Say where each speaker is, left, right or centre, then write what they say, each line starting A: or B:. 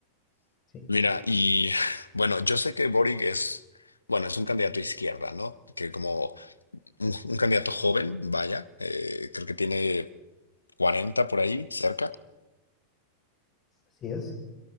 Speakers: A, on the left; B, on the left.
A: Sí,
B: Mira, y <laughs> bueno, yo sé que Boric es, bueno, es un candidato izquierda, ¿no? Que como un, un candidato joven, vaya, eh, creo que tiene 40 por ahí, cerca.
A: así es.